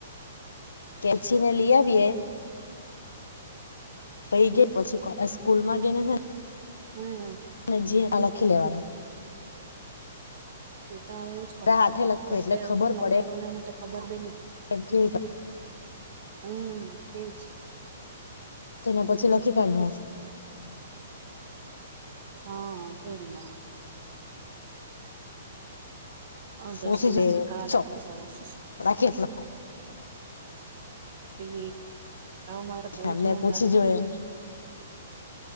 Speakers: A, on the left; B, on the right.
A: કેલ્છી ને લીયાવયે પૈહિ ગય પછી કરા સ્કૂલ માં જઈને છે ને
B: હા.
A: અને જી માં લખી લેવાનું.
B: તે તો હવે એવું જ કરવા
A: હાથે
B: પડે હે
A: લખું
B: કેમ
A: એટલે
B: કે
A: ખબર
B: હું લખવાનું
A: પડે
B: ને હું તે ખબર બી ની.
A: <unintelligible>
B: હમમ તેજ.
A: તેમાં પછી લખી કાઢહું.
B: હા તે જ ને. અ દ્રષ્ટી
A: પૂછી
B: મેસેજ
A: જોઈ
B: કરવા
A: ચો
B: લાગ્યું સ.
A: રાખી એટલ
B: તેજ મારે બહ
A: એમને
B: જ મોંગા
A: પૂછી
B: મળલ
A: જોઈ એમ